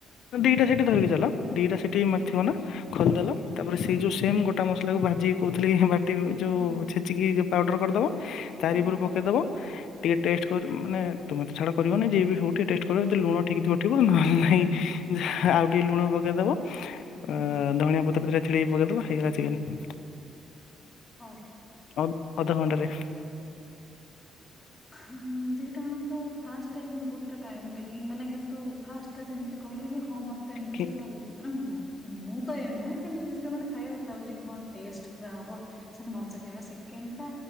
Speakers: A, on the left (about 75°); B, on the left (about 15°).
A: ଦି ଟା ସିଟି ଧରିକି ଚାଲ। ଦି ଟା ସିଠି ମାରଥିବ
B: ହୁଁ
A: ନା ଖୋଲ ଦେଲ
B: ହୁଁ
A: ତାପରେ ସେଇ ଯୋଉ ସେମ ଗୋଟା ମସଲା କୁ ଭାଜି କହୁଥିଲି କି ବା ଟି ଯୋଉ
B: ହୁଁ
A: ଛେଚିକି ପାଉଡ଼ର କରିଦବ ତାରି
B: ହୁଁ
A: ଉପରୁ ପକେଇ ଦବ। ଟିକେ ଟେଷ୍ଟ କରୁ ମାନେ ତୁମେ ତ ଛାଡ କରିବନି ଯିଏ ବି ହଉ। ଟିକେ ଟେଷ୍ଟ କର ଯଦି ଲୁଣ ଠିକ୍ ଥିବ ଥିବ ନହେଲେ
B: ହୁଁ
A: ନାଇଁ ଆଉ ଟିକେ ଲୁଣ ପକେଇ ଦବ।
B: ହୁଁ
A: ଆଁ ଧଣିଆ ପତ୍ର ଦିଇ ଟା ଛିଡେଇ ପକେଇଦେଲ ହେଇଗଲା ଚିକେନ।
B: ହଁ।
A: ଅମ୍ ଅଧଘଣ୍ଟାରେ
B: ହୁଁ ଦି ଟା ଆଙ୍କ ତ ଫାଷ୍ଟ କିନ୍ତୁ ବହୁତ ଟା ଟାଇମ ଟେକିଙ୍ଗ୍ ମାନେ କିନ୍ତୁ ଫାସ୍ ଟା ଯେମିତି କହିଲ କି ହଁ ମତେ ଏମିତି
A: କି
B: ଲାଗୁଛି ଆଁ ମତ ମୁଁ ତ ଏଇଆ ନୁହେଁ କିନ୍ତୁ ଯୋଉ ମାନେ ଖାଇବେ ମତେ ଲାଗୁଛି କି ହଁ ଟେଷ୍ଟ ପୁରା ହବ। ସେମାନେ ଭଲ ସେ ଖାଇବା ସେକେଣ୍ଡ ଟା